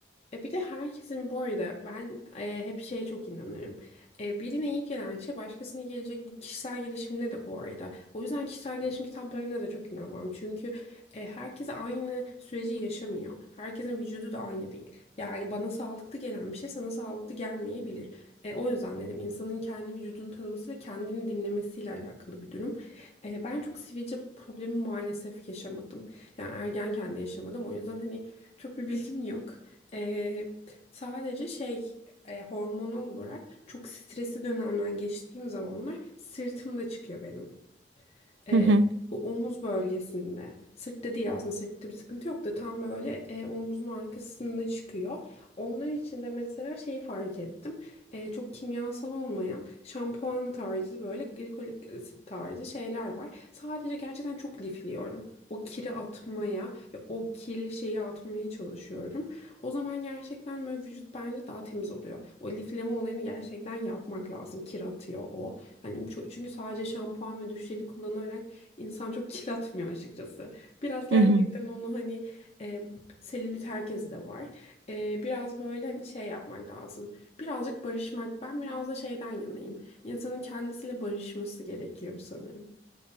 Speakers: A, on the left; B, on the right.
A: E bir de herkesin bu arada ben e, hep şeye çok inanırım. E, birine iyi gelen şey başkasına gelecek. Bu kişisel gelişimde de bu arada. O yüzden kişisel gelişim kitaplarına da çok inanmam. Çünkü e, herkes aynı süreci yaşamıyor. Herkesin vücudu da aynı değil. Yani bana sağlıklı gelen bir şey sana sağlıklı gelmeyebilir. E, o yüzden dedim insanın kendi vücudunu tanıması ve kendini dinlemesiyle alakalı bir durum. E, ben çok sivilce problemi maalesef yaşamadım. Yani ergenken de yaşamadım. O yüzden hani çok bir bilgim yok. Ee, sadece şey e, hormonal olarak çok stresli dönemden geçtiğim zamanlar sırtımda çıkıyor benim. Ee,
B: Hı hı.
A: bu omuz bölgesinde. Sırtta değil aslında sırtta bir sıkıntı yok da tam böyle e, omuzun arkasında çıkıyor. Onlar için de mesela şeyi fark ettim. Ee, çok kimyasal olmayan şampuan tarzı böyle glikolik asit tarzı şeyler var. Sadece gerçekten çok lifliyorum. O kiri atmaya ve o kirli şeyi atmaya çalışıyorum. O zaman gerçekten böyle vücut bence daha temiz oluyor. O lifleme olayını gerçekten yapmak lazım. Kir atıyor o. Hani ço- çünkü sadece şampuan ve duş jeli kullanarak insan çok <laughs> kir atmıyor açıkçası. Biraz gerçekten
B: Hı hı.
A: onu hani e, selülit herkesi de var. E, biraz böyle hani şey yapmak lazım. Birazcık barışmak. Ben biraz da şeyden yanayım. İnsanın kendisiyle barışması gerekiyor sanırım.